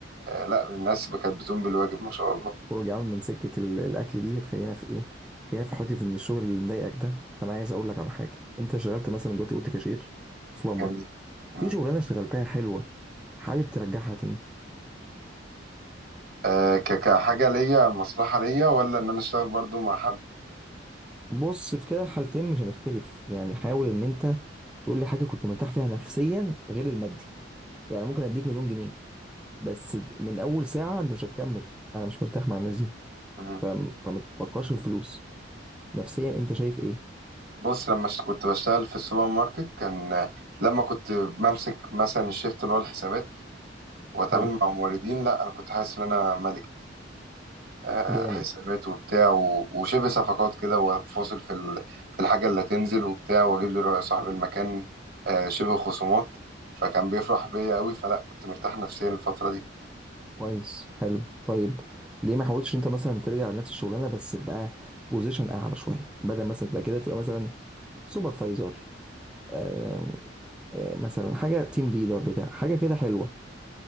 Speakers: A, on the right; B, in the centre.
A: آه لا الناس كانت بتقوم بالواجب ما شاء الله
B: خروج يا عم من سكه ال- الاكل دي هتخلينا في ايه خلينا في حته ان الشغل اللي مضايقك ده فانا عايز اقول لك على حاجه انت شغلت مثلا دلوقتي قلت كاشير سوبر ماركت
A: جميل مم.
B: في شغلانه اشتغلتها حلوه حابب ترجعها تاني
A: آه ك- كحاجه ليا مصلحه ليا ولا ان انا اشتغل برضو مع حد
B: بص في كده حالتين مش هنختلف يعني حاول ان انت تقول لي حاجه كنت مرتاح فيها نفسيا غير المادي يعني ممكن اديك مليون جنيه بس د- من اول ساعه انت مش هتكمل انا مش مرتاح مع الناس دي
A: مم.
B: فم- فما تفكرش في الفلوس نفسيا انت شايف ايه
A: بص لما ش- كنت بشتغل في السوبر ماركت كان آه، لما كنت بمسك مثلا الشيفت اللي هو الحسابات واتعامل
B: حلو
A: مع موردين لا انا كنت حاسس ان انا ملك آه،
B: جامد
A: حسابات وبتاع و- وشبه صفقات كده وفاصل في ال- في الحاجة اللي هتنزل وبتاع واجيب لي رأي صاحب المكان آه، شبه خصومات فكان بيفرح بيا قوي فلا كنت مرتاح نفسيا الفترة دي
B: كويس حلو طيب ليه ما حاولتش انت مثلا ترجع لنفس الشغلانه بس بقى بوزيشن اعلى شويه بدل مثلا تبقى كده تبقى مثلا سوبرفايزر آم، آه، مثلا حاجه تيم ليدر بتاع حاجه كده حلوه